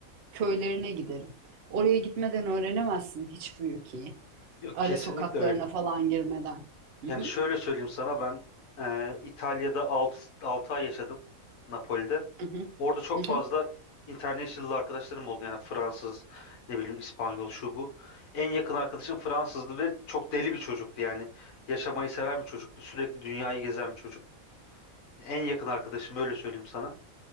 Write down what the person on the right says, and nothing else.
köylerine giderim. Oraya gitmeden öğrenemezsin hiçbir ülkeyi.
Ara
sokaklarına
falan girmeden. Hı
hı,
hı hı,
hı
hı.